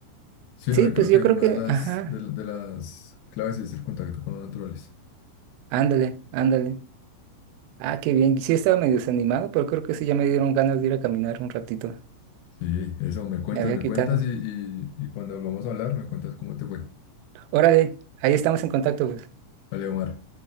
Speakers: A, on the left (about 80°); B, on the right (about 85°).
A: Sí,
B: Sí,
A: no, y
B: pues
A: creo
B: yo
A: que
B: creo
A: una
B: que,
A: de las,
B: ajá,
A: de, la- de las claves es el contacto con la naturaleza.
B: ándale, ándale. Ah, qué bien. Sí estaba medio desanimado, pero creo que sí ya me dieron ganas de ir a caminar un ratito.
A: Sí, eso, me cuentas,
B: Me había
A: me
B: quitado.
A: cuentas y, y, y cuando volvamos a hablar, me cuentas cómo te fue.
B: Órale, ahí estamos en contacto, pues.
A: Vale, Omar.